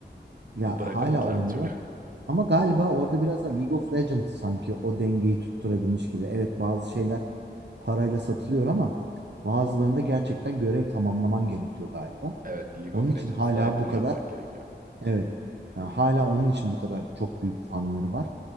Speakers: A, on the right; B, on the right.
A: Ya
B: Bırakamadılar
A: hala oynuyorlar.
B: bir türlü. <laughs>
A: Ama galiba orada biraz da League of Legends sanki o dengeyi tutturabilmiş gibi. Evet bazı şeyler parayla satılıyor ama bazılarında gerçekten görev tamamlaman gerekiyor galiba.
B: Evet League
A: Onun
B: of
A: için
B: Legends'da
A: hala
B: bunu
A: bu kadar
B: yapmak gerekiyor.
A: evet ha, hala onun için bu kadar çok büyük fanları var